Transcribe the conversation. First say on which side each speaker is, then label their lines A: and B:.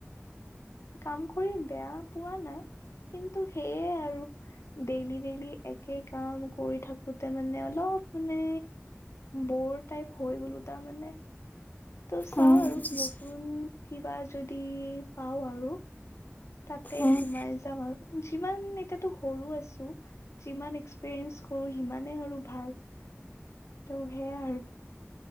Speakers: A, on the left (about 80°); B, on the left (about 35°).
A: কাম কৰি বেয়া। পোৱা নাই কিন্তু সেয়ে আৰু ডেইলি ডেইলি একে কাম কৰি থাকোতে মানে অলপ মানে। বৰ টাইপ হৈ গ'লো তাৰ মানে। ত' চাও
B: অ',
A: আৰু
B: বুজিছোঁ
A: নতুন কিবা যদি পাওঁ আৰু তাতে
B: অ',
A: সোমাই যাম। আৰু যিমান এতিয়াতো সৰু আছো যিমান এক্সপিৰিয়েঞ্চ কৰো সিমানে আৰু ভাল ত' সেয়াই আৰু